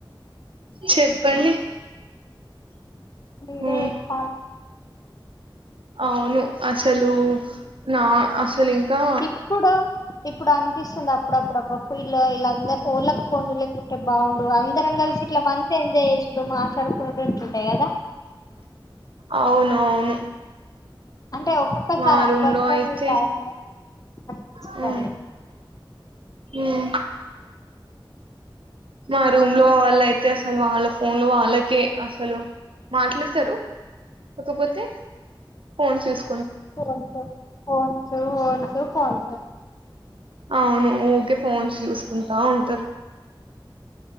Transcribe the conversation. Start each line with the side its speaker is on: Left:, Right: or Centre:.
Right: చెప్పండి
Left: మీరే
Right: ఉమ్
Left: చెప్పాలే
Right: అవును అసలు నా అస వీళ్లు ఇంకా
Left: ఇప్పుడు ఇప్పుడు అనిపిస్తుంది అప్పుడప్పుడు అబ్బా పిల్ ఇలా ఇళ్లకు ఎవ్వలకు ఫోన్ లేకుండే అంటే బాగుం ఇప్పుడు అందరం కలిసి ఇట్లా మంచిగాఎంజాయ్ చేసుడు మాట్లాడుకున్నడు గిట్ల ఉండడు కదా
Right: అవునువును
Left: అంటే ఒక్కొక్కసారి
Right: మా రూమ్
Left: కొన్ని
Right: లో
Left: కొన్ని
Right: అయితే
Left: టైమ్ లో అనిపిస్తాది
Right: హు హు మా రూమ్ లో వాళ్ళ అయితే అసలు వాళ్ళ ఫోన్ లో వాళ్ళకే అసలు మాట్లాడతారు కాకపోతే ఫోన్ చూసు
Left: కొంచెం ఫోన్స్ ఫోన్స్ ఫోన్స్
Right: అవును ఓకే ఫోన్స్ చూసుకుంటా ఉంటారు